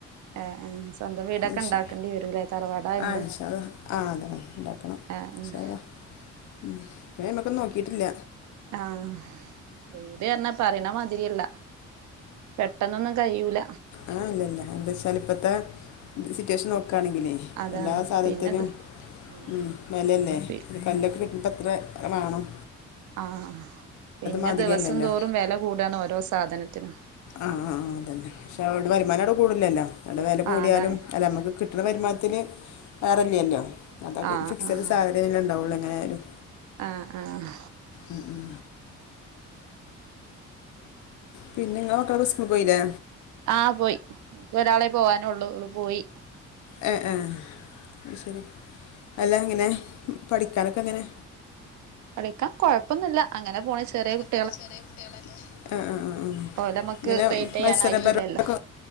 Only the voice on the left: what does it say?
ഇൻഷാ
ആ ഇൻഷാ അല്ലാഹ് ആ അതെ ഉണ്ടാക്കണം
ഇൻഷാ
അല്ലാഹ് ഉം ഇപ്പോ അയ്മക്കും നോക്കിറ്റില്ല.
ആഹ ഇല്ലല്ല എന്താച്ചാൽ ഇപ്പത്തെ സിറ്റുവേഷൻ നോക്കണെങ്കിലേ.
എല്ലാ സാധനത്തിനും
ഉം വെലല്ലേ
ഇഞ്ഞി കല്ലൊക്കെ
കിട്ടുമ്പത്ര. കായ് മാണം.
മാതിരിയല്ലല്ലോ
ആഹ് ആഹ് ആഹ് അതന്നെ പക്ഷേ അഹോണ്ട് വെര്മാനം അവ്ടെ കൂട്ണില്ലല്ലോ. അവ്ടെ വില കൂടിയാലും
അല്ല അമ്മക്ക് കിട്ടണ വരുമാനത്തിന്. ഏറല്യല്ലോ
അതൊക്കെ
ഫിക്സ്ഡ്
സാലറിയല്ലേ ഉണ്ടാവുള്ളൂ എങ്ങനെ ആയാലും.
ഉം ഉം പിന്നെ ങ്ങളെ മക്കളൊക്കെ സ്കൂള്ക്ക് പോയില്ലേ?
ഏഹ് ഏഹ് ആഹ് ശെരി അല്ല എങ്ങനെ പഠിക്കാനൊക്കെ എങ്ങനെ?
ആ ആ ആ
ഇങ്ങനെ
മത്സര പരുവാ ക്ക.